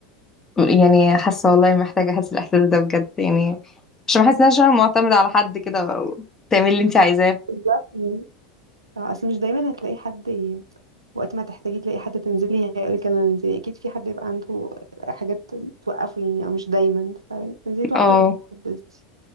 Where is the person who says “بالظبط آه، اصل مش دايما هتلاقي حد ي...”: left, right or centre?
Right